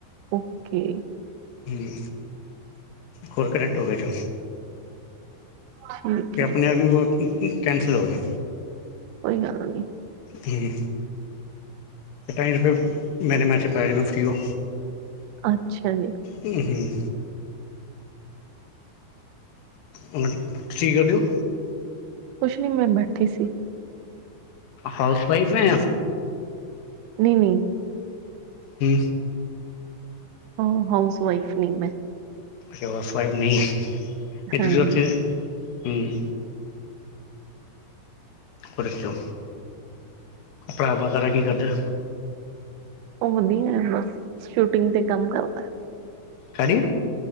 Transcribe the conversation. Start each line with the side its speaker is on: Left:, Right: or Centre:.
Right: ਓਕੇ।
Left: ਹੂੰ, ਕਾੱਲ ਕਨੈਟ ਹੋ ਗਇਆ ਥਾ।
Right: ਠੀਕ
Left: ਤੇ ਆਪਣੇ
Right: ਹੈ
Left: ਆਪ ਹੀ ਉਹ ਕੈਂਸਲ ਹੋ ਗਿਆ।
Right: ਕੋਈ ਗੱਲ ਨੀ,
Left: ਹੂੰ। ਢਾਈ ਰੁਪਏ ਮੈਨੇ ਮੈਚ ਪਾਇਆ ਮੈ ਫ੍ਰਰੀ ਓ।
Right: ਅੱਛਾ ਜੀ।
Left: ਹੂੰ-ਹੂੰ। ਹੁਣ ਤੁਸੀਂ ਕੀ ਕਰਦੇ ਓ?
Right: ਕੁਛ ਨੀ ਮੈਂ ਬੈਠੀ ਸੀ।
Left: ਹਾਊਸ ਵਾਈਫ ਐ,
Right: ਨਈ-ਨਈ।
Left: ਹੂੰ।
Right: ਓ ਹਾਊਸ ਵਾਈਫ ਨੀ ਮੈਂ।
Left: ਅੱਛਾ ਹਾਊਸ ਵਾਈਫ ਨੀ ਫੇਰ
Right: ਹਾਂਜੀ
Left: ਤੁਸੀਂ ਉਥੇ, ਹੂੰ। ਉਹਦੇ ਚੋਂ, ਭਰਾ ਵਗੈਰਾ ਕੀ ਕਰਦੇ।
Right: ਉਹ ਵਧੀਆ ਐ ਬਸ ਸ਼ੂਟਿੰਗ ਤੇ ਕੰਮ ਕਰਦਾ।
Left: ਹੈ ਡੀ।